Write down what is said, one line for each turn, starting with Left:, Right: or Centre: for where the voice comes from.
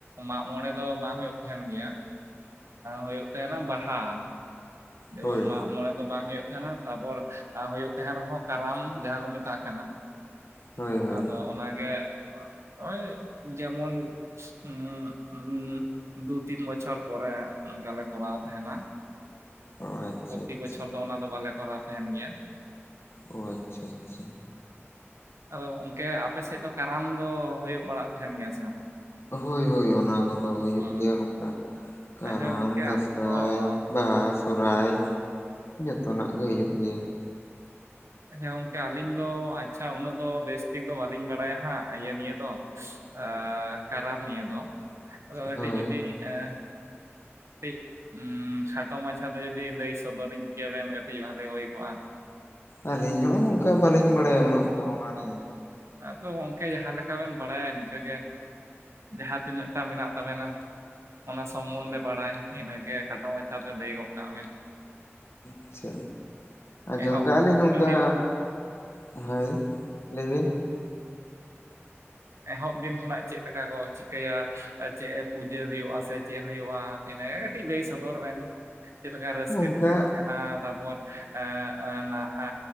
Right: ᱢᱟᱜᱽᱢᱚᱬᱮ ᱫᱚ ᱵᱟᱝ ᱦᱩᱭᱩᱜ ᱛᱟᱦᱮᱱ ᱜᱮᱭᱟ ᱦᱩᱭᱩᱜ ᱛᱟᱦᱮᱱᱟ ᱵᱟᱦᱟ ᱾ ᱡᱮᱵᱚᱱ
Left: ᱦᱳᱭ
Right: ᱢᱟᱜᱽ ᱢᱚᱬᱮ ᱫᱚ ᱵᱟᱝ ᱦᱩᱭᱩᱜ ᱛᱟᱸᱦᱮᱱᱟ ᱛᱟᱯᱚᱨ ᱦᱩᱭᱩᱜ ᱛᱟᱦᱮᱸᱱ ᱨᱮᱦᱚᱸ ᱠᱟᱨᱟᱢ ᱡᱟᱦᱟᱸ ᱠᱚ ᱢᱮᱛᱟᱜ ᱠᱟᱱᱟ
Left: ᱦᱳᱭ ᱦᱳᱭ
Right: ᱟᱫᱚ ᱚᱱᱟᱜᱮ ᱳᱭ ᱡᱮᱢᱚᱱ ᱩᱢ ᱩᱢ ᱫᱩ ᱛᱤᱱ ᱵᱚᱪᱷᱚᱨ ᱯᱚᱨᱮ ᱚᱱᱠᱟᱞᱮ ᱠᱚᱨᱟᱣ ᱛᱟᱦᱮᱱᱟ ᱾
Left: ᱚ ᱟᱪᱪᱷᱟ
Right: ᱯᱨᱚᱛᱤ
Left: ᱟᱪᱪᱷᱟ
Right: ᱵᱚᱪᱷᱚᱨ ᱫᱚ ᱚᱱᱟ ᱫᱚ ᱵᱟᱞᱮ ᱠᱚᱨᱟᱣ ᱛᱟᱦᱮᱱ ᱜᱮᱭᱟ ᱾
Left: ᱚ ᱟᱪᱪᱷᱟ ᱟᱪᱪᱷᱟ᱾
Right: ᱟᱫᱚ ᱜᱚᱝᱠᱮ ᱟᱯᱮᱥᱮᱫ ᱫᱚ ᱠᱟᱨᱟᱢ ᱫᱚ ᱦᱩᱭᱩᱜ ᱵᱟᱲᱟᱜ ᱛᱟᱦᱮᱱ ᱜᱮᱭᱟ ᱥᱮ ᱵᱟᱝ?
Left: ᱦᱳᱭ ᱦᱳᱭ ᱚᱱᱟ ᱠᱚᱫᱚ ᱦᱩᱭᱩᱜ
Right: ᱚ
Left: ᱜᱮᱭᱟ ᱜᱚᱝᱠᱮ᱾ ᱠᱟᱨᱟᱢ,
Right: ᱟᱪᱪᱷᱟ ᱜᱚᱝᱠᱮ
Left: ᱫᱟᱥᱟᱭ,
Right: ᱟᱹᱞᱤᱧ ᱫᱚ ᱚ
Left: ᱵᱟᱦᱟ ᱥᱚᱦᱚᱨᱟᱭ ᱡᱚᱛᱚᱱᱟᱜ ᱜᱮ ᱦᱩᱭᱩᱜ ᱜᱮᱭᱟ ᱾
Right: ᱟᱪᱪᱷᱟ ᱜᱚᱝᱠᱮ ᱟᱹᱞᱤᱧ ᱫᱚ ᱟᱪᱪᱷᱟ ᱩᱱᱟᱹᱜ ᱫᱚ ᱵᱮᱥᱴᱷᱤᱠ ᱫᱚ ᱵᱟᱹᱞᱤᱧ ᱵᱟᱲᱟᱭᱟ ᱦᱟᱸᱜ ᱤᱭᱟᱹ ᱱᱤᱭᱟᱹ ᱫᱚ ᱮᱸ ᱠᱟᱨᱟᱢ ᱱᱤᱭᱮ ᱫᱚ ᱟᱫᱚ ᱠᱟᱹᱴᱤᱡ
Left: ᱦᱳᱭ
Right: ᱡᱩᱫᱤ ᱮᱸ ᱠᱟᱹᱴᱤᱡ ᱠᱷᱟᱴᱚ ᱢᱟᱪᱷᱟ ᱛᱮ ᱡᱩᱫᱤ ᱞᱟᱹᱭ ᱥᱚᱫᱚᱨᱤᱧ ᱠᱮᱭᱟ ᱵᱮᱱ ᱠᱟᱹᱴᱤᱡ ᱵᱷᱟᱹᱞᱤ ᱦᱩᱭ ᱠᱚᱜᱼᱟ ᱾
Left: ᱟᱹᱞᱤᱧ ᱦᱚᱸ ᱱᱚᱝᱠᱟ ᱵᱟᱹᱞᱤᱧ ᱵᱟᱲᱟᱭᱟ ᱩᱱᱟᱹᱜ ᱫᱚ ᱚᱱᱟ ᱱᱤᱭᱮ ᱫᱚ᱾
Right: ᱟᱫᱚ ᱜᱚᱝᱠᱮ ᱡᱟᱦᱟᱸ ᱞᱮᱠᱟ ᱵᱮᱱ ᱵᱟᱲᱟᱭᱟ ᱤᱱᱠᱟᱹ ᱜᱮ ᱡᱟᱦᱟᱸ ᱛᱤᱱᱟᱹᱜ ᱴᱟ ᱢᱮᱱᱟᱜ ᱛᱟᱵᱮᱱᱟ ᱚᱱᱟ ᱥᱚᱢᱚᱱᱫᱷᱮ ᱵᱟᱲᱟᱭ ᱤᱱᱟᱹᱜᱮ ᱠᱷᱟᱴᱚ ᱢᱟᱪᱷᱟᱛᱮ ᱞᱟᱹᱭ ᱜᱚᱫ ᱠᱟᱜ ᱢᱮᱱ?
Left: ᱟᱪᱪᱷᱟ, ᱟᱡᱚᱢ
Right: ᱮᱦᱚᱵ
Left: ᱠᱟᱜ-ᱟ ᱟᱞᱤᱧ ᱱᱚᱝᱠᱟ᱾
Right: ᱫᱤᱱ
Left: ᱦᱳᱭ ᱞᱟᱹᱭ ᱵᱤᱱ᱾
Right: ᱮᱦᱚᱵ ᱫᱤᱱ ᱠᱷᱚᱱᱟᱜ ᱪᱮᱫ ᱞᱮᱠᱟ ᱠᱚ ᱪᱤᱠᱟᱹᱭᱟ᱾ ᱪᱮᱫ ᱯᱩᱡᱟᱹ ᱦᱩᱭᱩᱜ-ᱟ ᱥᱮ ᱪᱮᱫ ᱦᱳᱭᱳᱜ-ᱟ᱾ ᱤᱱᱟᱹᱜᱮ ᱠᱟᱹᱴᱤᱡ ᱞᱟᱹᱭ ᱥᱚᱫᱚᱨ ᱵᱮᱱ᱾ ᱪᱮᱫ ᱞᱮᱠᱟ ᱨᱟᱹᱥᱠᱟᱹ
Left: ᱱᱚᱝᱠᱟ
Right: ᱠᱚ ᱦᱩᱭᱩᱜ ᱛᱟᱦᱮᱸᱱᱟ ᱛᱟᱨᱯᱚᱨ ᱮ ᱮ ᱱᱟ ᱮ